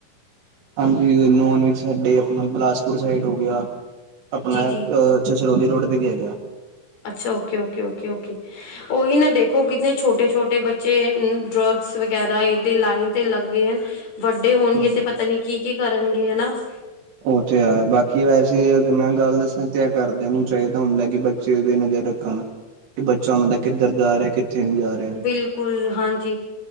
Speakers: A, on the right (about 85°); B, on the left (about 65°).
A: ਹਾਂਜੀ ਨੋਨ ਵੇਜ ਸਾਡੇ ਆਪਣਾ ਬਿਲਾਸਪੁਰ ਸਾਈਡ ਹੋ ਗਿਆ ਆਪਣਾ
B: ਜੀ
A: ਆ।
B: ਜੀ
A: ਅੱਛਾ, ਸਰੋਲੀ ਰੋਡ ਤੇ ਵੀ ਹੈਗਾ।
B: ਅੱਛਾ। ਓਕੇ-ਓਕੇ-ਓਕੇ-ਓਕੇ ਆ। ਉਹੀ ਨਾ ਦੇਖੋ ਕਿੰਨੇ ਛੋਟੇ-ਛੋਟੇ ਬੱਚੇ ਡਰੱਗਸ ਵਗੈਰਾ ਇਹਦੇ ਲਾਈਨ ਤੇ ਲੱਗ ਗਏ ਹਨ। ਵੱਡੇ ਹੋਣਗੇ
A: ਹੂੰ
B: ਤੇ ਪਤਾ ਨੀ ਕੀ-ਕੀ ਕਰਨਗੇ ਹਨਾ ਤੇ।
A: ਉਹ ਤੇ ਹੈ। ਬਾਕੀ ਵੈਸੇ ਅਗਰ ਮੈਂ ਗੱਲ ਦੱਸਾਂ ਤੇ ਘਰਦਿਆਂ ਨੂੰ ਚਾਹੀਦਾ ਹੁੰਦਾ ਕਿ ਬੱਚੇ ਤੇ ਨਜ਼ਰ ਲਾ, ਕਿ ਬੱਚਾ ਉਹਨਾਂ ਦਾ ਕਿੱਧਰ ਜਾ ਰਿਹਾ ਕਿੱਥੇ ਨੀ ਜਾ ਰਿਹਾ।
B: ਬਿਲਕੁਲ ਹਾਂਜੀ।